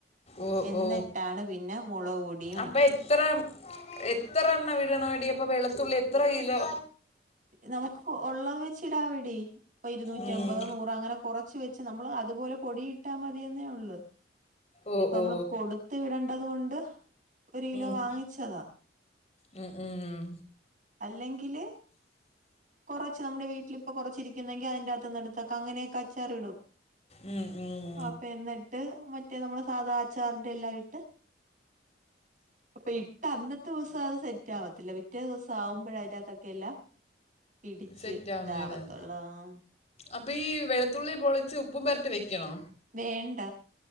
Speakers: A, on the left; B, on the right.
A: ഓ
B: എന്നിട്ടാണ്
A: ഓ
B: പിന്നെ മുളക് പൊടിയും
A: അപ്പൊ എത്ര എത്ര എണ്ണ ഇടണോടി. അപ്പൊ വെളുത്തുള്ളി എത്ര കിലോ?
B: നമുക്ക് ഉള്ളത് വെച് ഇടാവിടി. ഇപ്പൊ ഇരുന്നൂറ്റി
A: ഉം.
B: അമ്പതോ നൂറോ അങ്ങനെ കുറ ച്ച് വച്ച് നമ്മള് അതുപോലെ പൊടി ഇട്ടാ മതിന്നെ ഉള്ളൂ.
A: ഓ
B: ഇതിപ്പോ നമ്മള്
A: ഓ
B: കൊടു ത്ത് വിടേണ്ടത് കൊണ്ട്, ഒരു കിലോ
A: ഉം.
B: വാങ്ങിച്ചതാ.
A: ഉം, ഉം.
B: അല്ലെങ്കില്, കൊറച്ച് നമ്മുടെ വീട്ടിലിപ്പൊ കൊറച്ചിരിക്കുന്നെങ്കിൽ, അതിന്റെ അത്തുനിന്ന് എടുത്തക്ക അങ്ങനെക്ക അച്ചാറിടും.
A: ഉം ഉം.
B: അപ്പ എന്നിട്ട്, മറ്റേ നമ്മുടെ സാധാ അച്ചാറിന്റെ എല്ലാം ഇട്ട്. ഇപ്പൊ ഇട്ട് അന്നത്തെ ദിവസം അത് സെറ്റ് ആവത്തില്ല. പിറ്റേ ദിവസം ആവുമ്പോഴ അതിനകത്തൊക്കെല്ല, പിടിച്ച്
A: സെറ്റ് ആവുന്നല്ലേ
B: ഇതാവത്തോള്ളാം.
A: അപ്പൊ ഈ വെളുത്തുള്ളി പൊളിച്ച് ഉപ്പും പെരട്ടി വെക്കണോ?
B: വേണ്ട.